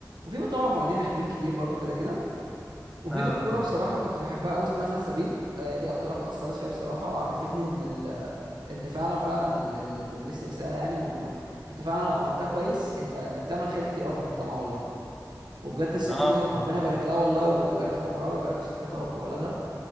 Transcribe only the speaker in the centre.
اه
اه
اه